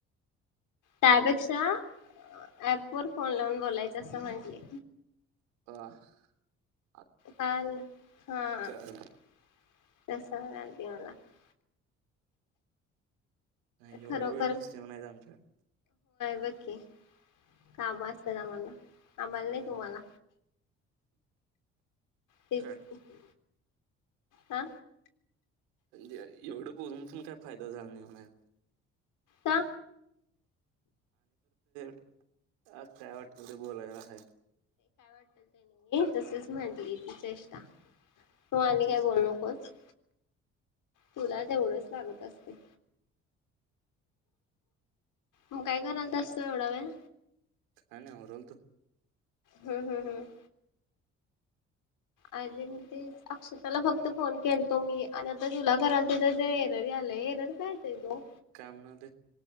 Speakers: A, on the left (about 65°); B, on the right (about 85°).
A: तायापेक्षा अ अ वर फोन लावून बोलायच असं म्हटले
B: <unintelligible>
A: काल हा
B: काल
A: <inaudible> तस <unintelligible>
B: नाही एवढं
A: खरोखर
B: वेळ नसते म्हच आमच्याक-
A: ब की का बास त्यातआ म्हला आमल
B: हम्म
A: नाही तुम्हाला तेच
B: काय
A: की हा
B: <unintelligible> एवढं बुलून पण काय फायदा झाला नाही म्हणायं
A: का
B: आत काय वाटलं ते बोलायला हाय
A: तस च म्हटली ति चेष्टा तू आनी
B: तेच
A: काय बोलूल
B: की
A: कोच तुला तेवढंच लागत असतंयं मग काय कराल तास तू एवढा वेळ
B: काय नाही होरलत.
A: हम्म हम्म हम्म अेरें मी ते अक्षताला फक्त फोन केलतो मी आणि आता तुला करालते तरते एरर यालंय एरर का येतंय तो
B: कामनाद